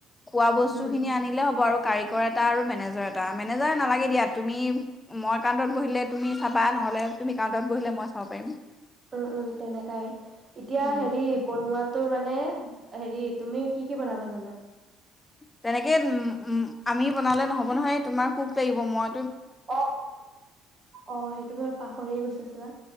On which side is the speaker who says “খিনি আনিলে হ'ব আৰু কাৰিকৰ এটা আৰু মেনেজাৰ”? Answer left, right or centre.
Left